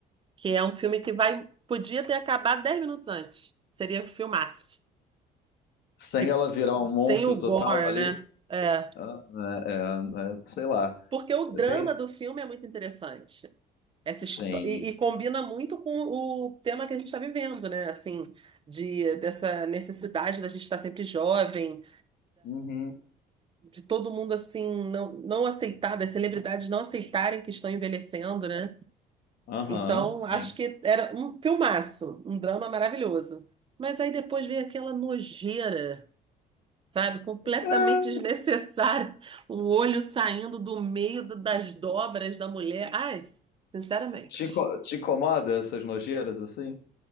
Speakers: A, on the right; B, on the left.
A: que é um filme que vai, podia ter acabado 10 minutos antes. Seria um filmaço.
B: Sem
A: Que, f-
B: ela virar um
A: sem
B: monstro
A: o gore,
B: total ali,
A: né? É.
B: ah, é, é, é, sei lá.
A: Porque o drama
B: Bem,
A: do filme é muito interessante. Essa
B: sim.
A: histó- e, e combina muito com o tema que a gente está vivendo, né? Assim, de, dessa necessidade da gente estar sempre jovem,
B: Uhum,
A: de todo mundo assim não, não aceitar, das celebridades não aceitarem que estão envelhecendo, né?
B: aham,
A: Então,
B: sim.
A: acho que era um filmaço, um drama maravilhoso. Mas aí depois veio aquela nojeira, sabe? Completamente
B: Ah,
A: <laughs> desnecessária. O olho saindo do meio do- das dobras da mulher. Ai, sinceramente.
B: Te, inco- te incomoda essas nojeiras assim?